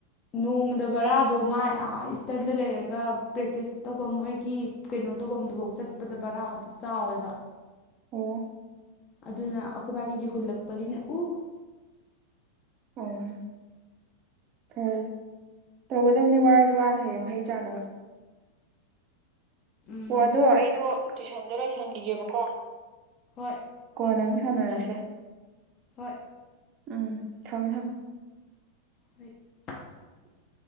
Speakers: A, on the left; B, on the right.
A: ꯅꯣꯡꯃꯗ ꯕꯔꯥꯗꯣ ꯃꯥꯏ ꯏꯁꯇꯟꯗ ꯂꯩꯔꯒ ꯄ꯭ꯔꯦꯛꯇꯤꯁ ꯇꯧꯕ ꯃꯣꯏꯒꯤ ꯀꯩꯅꯣ ꯇꯧꯐꯝꯗꯨꯐꯥꯎ ꯆꯠꯄꯗ ꯕꯔꯥꯗꯨ ꯆꯥꯎꯋꯦꯕ
B: ꯑꯣ
A: ꯑꯗꯨꯅ ꯑꯩꯈꯣꯏꯕꯥꯅꯤꯒꯤ ꯍꯨꯜꯂꯛꯄꯅꯤꯅꯦ ꯎ
B: ꯑꯣ ꯍꯣꯏ ꯇꯧꯒꯗꯕꯅꯤ ꯋꯥꯔꯁꯨ ꯋꯥꯅ ꯍꯌꯦꯡ ꯃꯍꯩ ꯆꯥꯅꯕ
A: ꯎꯝ
B: ꯍꯣ ꯑꯗꯣ ꯑꯩꯗꯣ ꯇꯨꯏꯁꯟꯗ ꯂꯣꯏꯁꯟꯒꯤꯒꯦꯕꯀꯣ
A: ꯍꯣꯏ
B: ꯀꯣꯟꯅ ꯑꯃꯨꯛ ꯁꯥꯟꯅꯔꯁꯦ
A: ꯍꯣꯏ
B: ꯎꯝ ꯊꯝꯃꯦ ꯊꯝꯃꯦ
A: <unintelligible>